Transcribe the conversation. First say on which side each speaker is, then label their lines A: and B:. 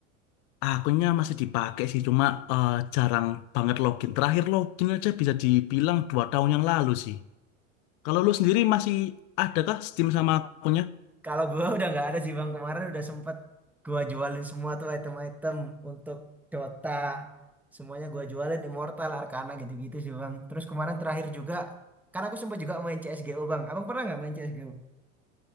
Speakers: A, on the left; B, in the centre.
A: Akunnya masih dipakai sih, cuma eh, jarang banget login. Terakhir login aja bisa dibilang dua tahun yang lalu sih. Kalau lu sendiri masih adakah Steam sama akunnya?
B: Kalau gua <laughs> udah nggak ada sih bang. Kemarin udah sempet gua jualin semua tuh item-item untuk Dota. Semuanya gua jualin Immortal, Arcana gitu-gitu sih bang. Terus kemarin terakhir juga, karena aku sempet juga main CS:GO bang. Abang pernah nggak main CS:GO?